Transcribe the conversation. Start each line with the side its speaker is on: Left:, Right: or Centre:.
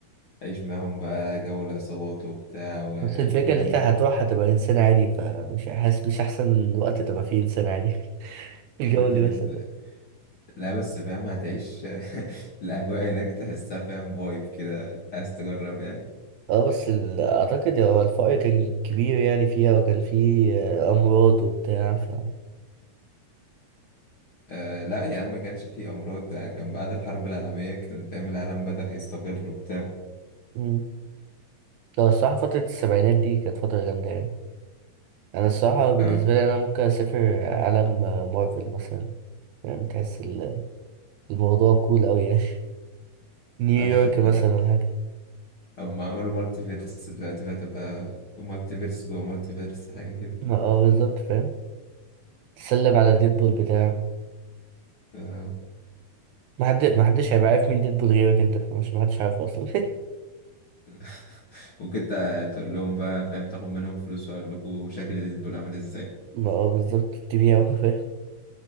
Left: أعيش معاهم بقى جو العصابات وبتاع و...
Right: بس الفكرة
Left: والريف
Right: إن أنت هتروح هتبقى إنسان عادي فمش حاسس مش أحسن وقت تبقى فيه إنسان عادي <laughs> الجو
Left: والريف
Right: اللي
Left: اللي
Right: بيحصل
Left: لا
Right: ده
Left: لا بس فاهم هتعيش <laughs> الأجواء هناك تحسها فاهم فايب كده عايز تجرب يعني
Right: اه بس ال- أعتقد هو الفقر كان كبير يعني فيها وكان فيه آه، أمراض وبتاع ف
Left: آه لا يا عم ما كانش فيه أمراض ده كان بعد الحرب العالمية كان فاهم العالم بدأ يستقر وبتاع
Right: مم. لا الصراحة فترة السبعينات دي كانت فترة جامدة يعني أنا الصراحة بالنسبة
Left: آه.
Right: لي أنا ممكن أسافر عالم آه، مارفل مثلا يعني تحس ال- الموضوع كول أوي يعني <laughs> نيويورك
Left: <laughs>
Right: مثلا ولا حاجة
Left: أما عملوا مالتي فيرس دلوقتي بقى تبقى مالتي فيرس جوه مالتي فيرس حاجة كده
Right: ما اه بالظبط فاهم تسلم على ديدبول بتاعه
Left: آه،
Right: ما حد ما حدش هيبقى عارف مين ديدبول غيرك انت مش ما حدش عارفه اصلا <laughs>
Left: <laughs> ممكن تع- تقول لهم بقى فاهم تاخد منهم فلوس واقول لكم شكل ديدبول عامل ازاي
Right: ما اه بالظبط تبيعه فاهم